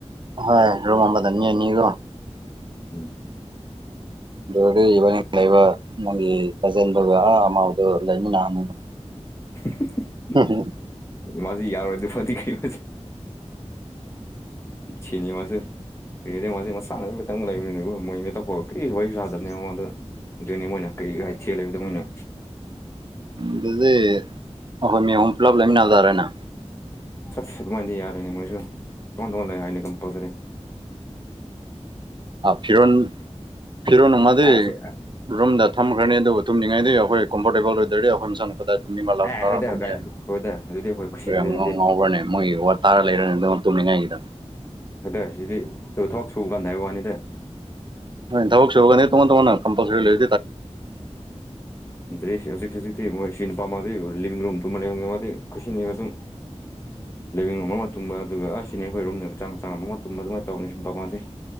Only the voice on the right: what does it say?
ꯍꯣꯏ ꯔꯨꯝ ꯑꯃꯗ ꯃꯤ ꯑꯅꯤ ꯀꯣ
ꯑꯗꯨꯗꯤ ꯏꯕꯥꯅꯤꯛ ꯂꯩꯕ ꯅꯪꯒꯤ ꯀꯖꯤꯟꯗꯨꯒ ꯑꯃꯗꯨ ꯂꯩꯃꯤꯟꯅꯍꯟꯅꯤꯡꯕ
ꯎꯝ ꯍꯨꯝ
ꯑꯗꯨꯗꯤ ꯑꯩꯈꯣꯏ ꯃꯤ ꯑꯍꯨꯝ ꯄꯨꯂꯞ ꯂꯩꯃꯤꯟꯅ ꯇꯥꯔꯦꯅꯦ
ꯑ ꯐꯤꯔꯣꯟ ꯐꯤꯔꯣꯟꯅꯨꯡꯃꯗꯤ
ꯔꯨꯝꯗ ꯊꯝꯈ꯭ꯔꯅꯤ ꯑꯗꯨꯕꯨ ꯇꯨꯝꯅꯤꯡꯉꯩꯗꯤ ꯑꯩꯈꯣꯏ ꯀꯝꯐꯣꯔꯇꯦꯕꯜ ꯑꯣꯏꯗ꯭ꯔꯗꯤ ꯃꯥ ꯃꯁꯥꯅꯥ ꯀꯗꯥꯏ ꯇꯨꯝꯃꯤ ꯃꯥ ꯂꯥꯛꯔ
ꯂꯥꯛꯔ ꯇꯨꯝꯕꯥ
ꯌꯥꯅꯤ
ꯑꯣꯏꯔꯣꯡ
ꯅꯪ ꯉꯥꯎꯕ꯭ꯔꯥꯅꯦ ꯃꯣꯏꯒꯤ ꯋꯥꯠ ꯇꯥꯔ ꯂꯩꯔꯅꯤ ꯑꯗꯨꯃ ꯇꯨꯝꯅꯤꯡꯉꯥꯏꯒꯤꯗꯣ
ꯍꯣꯏ ꯊꯕꯛ ꯁꯨꯕꯒꯅꯦ ꯇꯣꯡꯉꯥꯟ ꯇꯣꯡꯉꯥꯟꯅ ꯀꯝꯄꯜꯁꯔꯤ ꯂꯩ